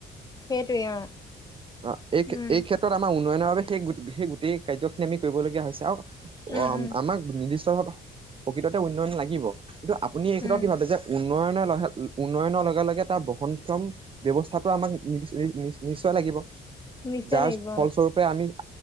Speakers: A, on the left (about 20°); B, on the right (about 30°).
A: সেইটোৱে অ
B: অ
A: উম
B: এই ক্ষেত্ৰত আমাৰ উন্নয়নৰ বাবে সেই সেই গোটেই কাৰ্যখিনি আমি কৰিবলগীয়া হৈছে, আৰু
A: উম
B: অ
A: উম
B: আমাক নিৰ্দিষ্ট ভাৱে প্ৰকৃততে উন্নয়ন লাগিব, কিন্তু আপুনি এই ক্ষেত্ৰত
A: উম
B: কি ভাবে যে উন্নয়নৰ লে উন্নয়নৰ লগে লগে তাৰ বহনক্ষম ব্যৱস্থাটো আমাক নিদিছ নিশ্চয় লাগিব
A: নিশ্চয়
B: যাৰ
A: লাগিব
B: ফলস্বৰূপ
A: অ
B: আমি অ